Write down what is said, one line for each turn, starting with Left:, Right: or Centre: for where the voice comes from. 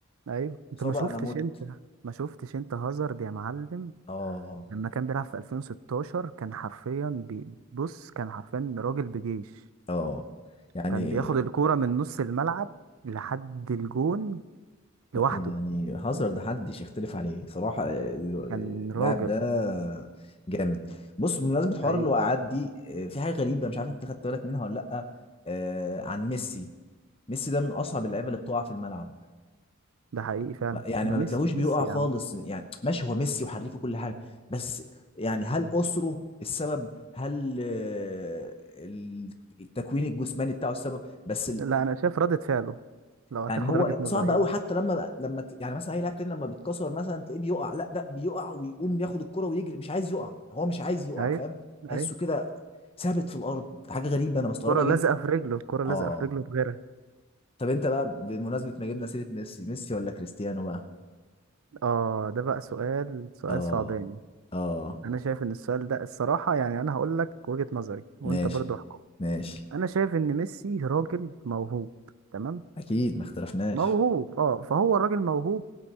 Right: ايوه انت
Left: اصابه
Right: ما شفتش
Left: انا مت
Right: انت ما شفتش انت هازارد يا معلم
Left: اه
Right: لما كان بيلعب في 2016 كان حرفيا بي- بص كان حرفيا راجل بجيش
Left: اه يعني
Right: كان بياخد الكوره من نص الملعب لحد الجون لوحده
Left: يعني هازارد محدش يختلف عليه صراحة ال-
Right: كان راجل
Left: اللاعب ده جامد بص بمناسبة حوار
Right: حقيقي
Left: الوقعات دي آه، في حاجة غريبة مش عارف انت خدت بالك منها ولا لأ آه، عن ميسي ميسي ده من أصعب اللعيبة اللي بتقع في الملعب
Right: ده حقيقي فعلا
Left: ما- يعني
Right: ده
Left: ما
Right: ميسي
Left: بتلاقوش بيقع
Right: ميسي
Left: خالص
Right: يا عم
Left: يعني ماشي هو ميسي وحريف وكل حاجة بس يعني هل أسره السبب هل آه، ال- التكوين الجسماني بتاعه السبب بس ال-
Right: لا انا شايف ردة فعله لو هتاخد
Left: يعني هو
Right: وجهة نظري
Left: صعب قوي
Right: يعني
Left: حتى لما لما ت- يعني مثلا اي لاعب تاني لما بيتكسر مثلا تلاقيه بيقع لا ده بيقع ويقوم ياخد الكرة ويجري مش عايز يقع هو مش عايز يقع
Right: ايوه
Left: فاهم تحسه
Right: ايوه
Left: كده ثابت في الارض حاجه غريبه انا
Right: الكرة
Left: بستغربها جدا
Right: لازقة في رجله الكرة لازقة
Left: اه
Right: في رجله بغيرها
Left: طب انت بقى بمناسبه ما جبنا سيره ميسي ميسي ولا كريستيانو بقى
Right: اه ده بقى سؤال سؤال
Left: اه
Right: صعباني
Left: اه
Right: انا شايف ان السؤال ده الصراحه يعني انا هقول لك وجهه نظري وانت
Left: ماشي
Right: برضو احكم
Left: ماشي
Right: انا شايف ان ميسي راجل موهوب تمام
Left: اكيد ما اختلفناش
Right: موهوب اه فهو الراجل موهوب